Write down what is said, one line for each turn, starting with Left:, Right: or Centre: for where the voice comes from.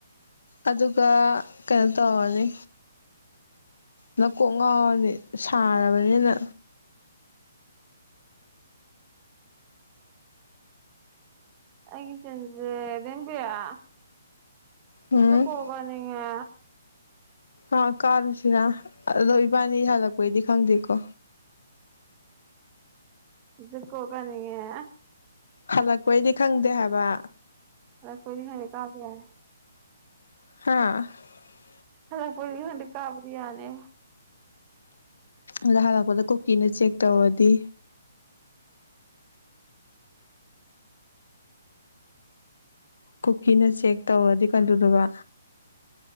Left: ꯑꯗꯨꯒ ꯀꯩꯅꯣ ꯇꯧꯔꯅꯤ ꯅꯀꯣꯛ ꯉꯥꯎꯔꯅꯤ ꯁꯥꯔꯕꯅꯤꯅ
Right: ꯑꯩꯒꯤ ꯆꯥꯞꯁꯦ ꯔꯦꯕꯤꯌꯥ
Left: ꯎꯝ
Right: ꯖꯨꯀꯣ ꯀꯥꯅꯤꯡꯉꯦ
Left: ꯑꯥ ꯀꯥꯔꯨꯁꯤꯅ ꯑꯗꯣ ꯏꯕꯥꯅꯤ ꯍꯜꯂꯛꯄꯩꯗꯤ ꯈꯪꯗꯦꯀꯣ
Right: ꯖꯨꯀꯣ ꯀꯥꯅꯤꯡꯉꯦ
Left: ꯍꯜꯂꯛꯄꯩꯗꯤ ꯈꯪꯗꯦ ꯍꯥꯏꯕ
Right: ꯍꯜꯂꯛꯄꯩꯗꯤ ꯈꯪꯗꯦ ꯀꯥꯕ ꯌꯥꯏ
Left: ꯍꯥ ꯫
Right: <unintelligible> ꯀꯥꯕꯗꯤ ꯌꯥꯅꯦ꯫
Left: ꯑꯗ ꯍꯂꯛꯄꯗ ꯀꯨꯀꯤꯅ ꯆꯦꯛ ꯇꯧꯔꯗꯤ꯫ ꯀꯨꯀꯤꯅ ꯆꯦꯛ ꯇꯧꯔꯗꯤ ꯀꯗꯧꯗꯧꯕ꯫